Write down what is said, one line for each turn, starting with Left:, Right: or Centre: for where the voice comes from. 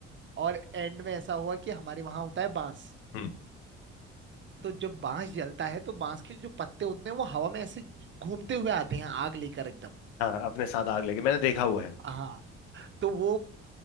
Right: और एंड में ऐसा हुआ कि हमारे वहां होता है बांस
Left: हम्म,
Right: तो जब बांस जलता है तो बांस के जो पत्ते होते हैं वो हवा में ऐसे घूमते हुए आते हैं आग लेकर एकदम
Left: हाँ अपने साथ आग लगी मैंने देखा हुआ है
Right: हाँ तो वो